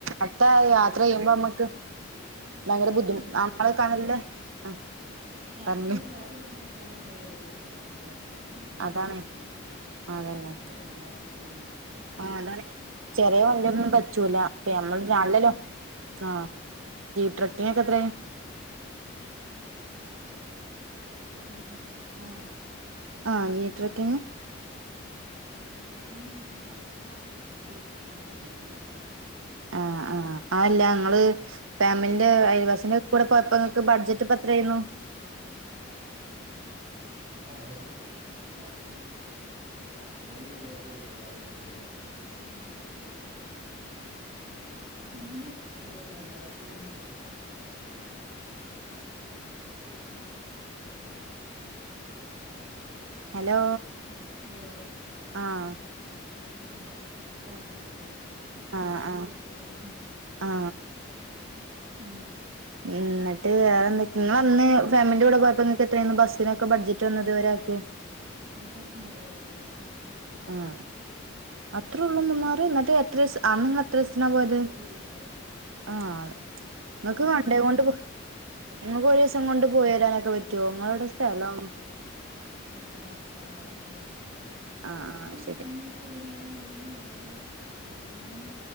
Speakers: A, on the right (about 80°); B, on the right (about 35°).
A: അത്ത യാത്ര
B: റിസോർട്ട്
A: ചെയ്യുമ്പോ നമ്മക്ക് ഭയങ്കര ബുദ്ധിമു
B: റിസോർട്ട്
A: ആ നമ്മള കാണല്ലേ
B: ഫുഡ്
A: ആ
B: നമുക്കൊന്ന്
A: പറഞ്ഞ
B: കാാല നിട്ടിയിരിക്കാനൊക്കെ ഒരു സ്വസ്ഥത വണ്ടേ വല്ിയ
A: അതാണ്
B: വണ്ടിക്ക്വാ ണം അ
A: അതന്നെ
B: ങ്ങ നൊക്കെ പോകുമ്പോ അത്രയും ദൂരം ഇരിക്കുമ്പോ
A: ആ അതാണ് ചെറിയ
B: പിന്നെ
A: വണ്ടി യൊന്നും പറ്റൂല്ല അപ്പ നമ്മള്
B: ജീപ്പ്
A: നല്ലല്ലോ
B: ട്രക്കിങ്
A: ആഹ് ജീപ്പ് ട്രക്കിംഗിന് എത്രേ
B: ഒരു മിൻ ആഹ് <unintelligible>
A: ആഹ് ജീപ്പ് ട്രക്കിംഗ്
B: ജീപ്പ് ട്രക്കിങ്ങിനൊക്കെ പോയിരുന്നു അതൊക്ക രണ്ട് ട്രിപ്പിലും ജീപ്പ് ട്രക്കിന് പോയി
A: ആഹ് ആഹ് അയല്ല ഇങ്ങള് ഫാമിന്റെ അയൽവാസിന്റെ കൂടെ പോയപ്പോ നിങ്ങക്ക് ബഡ്ജറ്റ് അപ്പം എത്ര ആയിന്നു
B: ഇന്നാ <unintelligible> മം <unintelligible> അന്ന് എത്രെ മൂവായിരത്തി അഞ്ഞൂറ- <unintelligible>
A: ഹലോ
B: ഹലോ
A: ആഹ്
B: ഇവിടെ ഇപ്പം വന്നപ്പള് ഞാൻ
A: ആ
B: വാതില്
A: ആ
B: തുറന്ന് കൊടുക്കാൻ പോയതാ
A: ആ
B: മം
A: മം എന്നിട്ട് വേറെ എന്തൊക്കെയാ ഇങ്ങള് അന്ന് ഫാമിലിൻ്റെ കൂടെ പോയപ്പോ നിങ്ങക്ക് എത്രയരുന്നു ബസ്സിനൊക്കെ ബഡ്ജറ്റ് വന്നത് ഒരാക്ക്
B: ഒരാക്ക് മൂവായിരത്തിഅഞ്ഞൂറ്
A: ആഹ് അത്രേ ഉള്ളൂ മൂന്നാറ് എന്നിട്ട് എത്ര ദിവസം അന്ന് <unintelligible> എത്ര ദിവസം തിന് പോയത്
B: ഒരു ദിവസാണ്
A: ആഹ്
B: ഒരു
A: നിങ്ങക്ക്
B: ദിവസം
A: വണ്ടിയും
B: നിന്നിട്ട്
A: കൊണ്ട് പോ ഇങ്ങക്ക് ഒരു ദിവസം കൊണ്ട് പോയി വരാനൊക്കെ പറ്റുവോ ഇങ്ങള് എവിടാ സ്ഥലം
B: ഞങ്ങള് മലപ്പുറം കോട്ടക്കൽ
A: ആഹ് ആഹ്
B: ഒരു ദിവസം
A: ശരി
B: കൊണ്ട് പോയിവരാം എന്നാലും ഞങ്ങള് ഇവിടുന്ന്